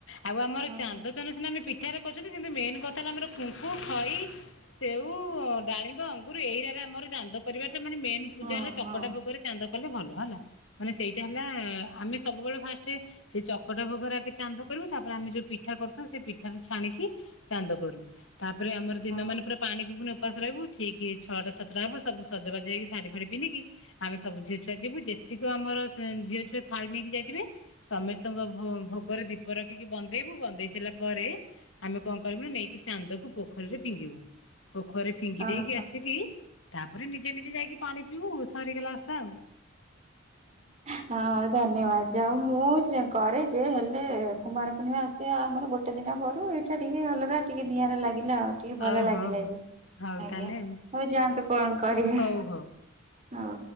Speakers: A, on the left; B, on the right.
A: ଆଉ ଆମର
B: ହଁ
A: ଚାନ୍ଦଚନ୍ଦ
B: ହଁ
A: ସିନାମେ ପି ଏଠାରେ କହୁଛନ୍ତି କିନ୍ତୁ ମେନ୍ କଥା ହେଲା ଆମର ଖୁଙ୍କୁ ଖଇ ସେଉ ଡାଳିମ୍ବ ଅଙ୍ଗ- ରୁ ଏଇଟା ଆମର ଚାନ୍ଦ କରିବା ସେ ମାନେ ମେନ୍ ପୂଜା
B: ହଁ
A: ହେଲା ଚକଟା
B: ହଁ।
A: ଭୋଗରେ ଚାନ୍ଦ କଲେ ଭଲ ହେଲା। ମାନେ ସେଇଟା ହେଲା ଆମେ ସବୁବେଳେ ଫାଷ୍ଟ ସେ ଚକଟା ଭୋଗରେ ଆଗେ ଚାନ୍ଦ କରିବୁ ତାପରେ ଆମେ ଯୋଉ ପିଠା କରିଥାଉ ସେ ପିଠା ଛାଣିକି ଚାନ୍ଦ କରୁ। ତାପରେ ଆମର ଦିନ
B: ହଁ
A: ମାନ ପୁରା ପାଣି ପିଇ ବୁନି ଉପାସ ରହିବୁ ଠିକ ଛଅଟା ସାତଟା ହବ ସବୁ ସଜବାଜ ହେଇକିା ଶାଢୀ ଫାଢୀ ପିନ୍ଧିକି ଆମେ ସବୁ ଝିଅ ଛୁଆ ଯିବୁ ଯେତିକି ଆମର ଝିଅ ଛୁଆ ଥାଳି ନେଇକି ଯାଇଥିବେ ସମସ୍ତଙ୍କ ଭୋ-ଭୋଗରେ ଦୀ ପ ରଖିକି ବନ୍ଦେଇବୁ ବନ୍ଦେଇ ସାରିଲା ପରେ ଆମେ କଣ କରିବୁ ନା ନେଇକି ଚାନ୍ଦକୁ ପୋଖରୀରେ ଫିଙ୍ଗିବୁ। ପୋଖରରେ ଫିଙ୍ଗି
B: ଅହ।
A: ଦେଇକି ଆସିକି ତାପରେ ନିଜେ ନିଜେ ଯାଇକି ପାଣି ତୁ ସରିଗଲା ଓଶା ଆଉ?
B: ହଁ ଧନ୍ୟବାଦ ଯାଉ ମୁଁ କରେ ଯେ ହେଲେ କୁମାର ପୂର୍ଣ୍ଣିମା ଆସିବା ଆମର ଗୋଟେ ଦିନ କରୁ ଏଇଠି। ସେଟା ଟିକେ ଅଲଗା ଟିକେ ନିଆରା ଲାଗିଲା ଆଉ ଟିକେ ଭଲ
A: ଓ
B: ଲାଗିଲା
A: ହଁ
B: ବି
A: ହଉ
B: ଆଜ୍ଞା।
A: ତାହେଲେ ଆଉ
B: ହଉ ଯାଆନ୍ତୁ କଣ କରିବେ?
A: ହଉ ହଉ।
B: ହଁ।